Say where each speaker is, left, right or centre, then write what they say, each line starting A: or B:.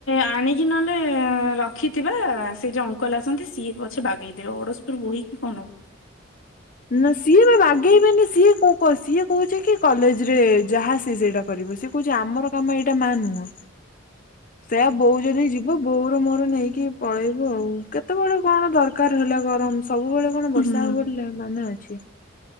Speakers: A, on the left; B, on the left.
A: ଆଣିକି କି ନହେଲେ ରଖିଥିବା ସେ ଯୋଉ ଅଙ୍କଲ ଆସନ୍ତି ସିଏ ପଛେ ବାଗେଇଦେବେ। ଅଡଶପୁର ବୋହି କି କଣ ନବ।
B: ନା ସିଏ ବା ବାଗେଇବେନି ସିଏ ସିଏ କହୁଛି କି କଲେଜରେ ଯାହା ସିଏ ସେଇଟା କରିବୁ ସେ କହୁଚି ଆମର କାମ ଏଇଟା ମା ନୁହଁ ସେଇଆ ବୋଉ ଜଦି ଯିବ ବୋଉର ମୋର ନେଇକି ପଳେଇବୁ ଆଉ କେତେବେଳେ କଣ ଦରକାର ହେଲା ଗରମ ସବୁବେଳେ କଣ
A: ହୁଁ
B: ବର୍ଷା ହବ ବୋଲି ମାନେ ଅଛି।